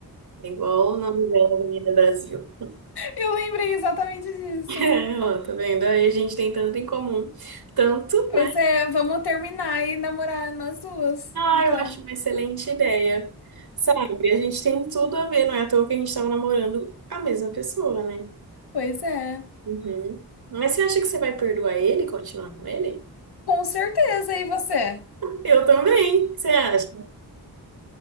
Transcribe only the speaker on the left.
Eu lembrei exatamente disso.
Pois
é, vamos terminar e namorar nas duas.
Então,
pois é.
Com certeza, e você?